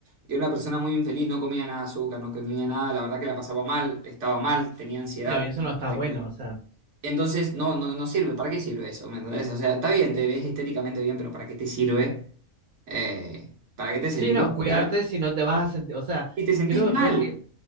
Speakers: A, on the right (about 55°); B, on the right (about 75°).
A: Y era una persona muy infeliz, no comía nada de azúcar, no comía nada, la verdad que la pasaba mal, estaba mal, tenía ansiedad,
B: No, y eso
A: tenía
B: no está
A: ganas
B: bueno.
A: de comer
B: O sea,
A: entonces, no, no, no sirve. ¿Para qué sirve eso? ¿Me entendés? O sea, está bien, te ves estéticamente bien, pero ¿para qué te sirve? Eh, ¿para qué te serviría
B: sí, no,
A: estar?
B: cuidarte si no te vas a sentir. O sea,
A: Si te sentís
B: creo yo
A: mal.
B: que,